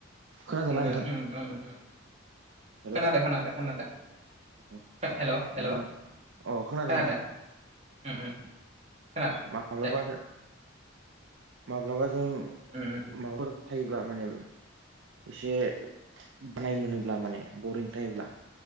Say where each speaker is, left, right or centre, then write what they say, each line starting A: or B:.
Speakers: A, on the right (about 70°); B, on the right (about 35°).
A: खोनादोंना
B: नंगो
A: नोंथां
B: उम उम उम
A: हेलौ
B: खोनादो खोनादो खोनादो
A: अ
B: हेल'
A: माने
B: हेल'
A: अ खोनादों
B: खोनादो
A: नोंथां
B: उम उम खोनादो
A: माब्लाबा
B: दे
A: माब्लाबा जों
B: उम उम
A: माबाफोर थायोब्ला माने एसे बानाय मोनोब्ला माने बरिं थायोब्ला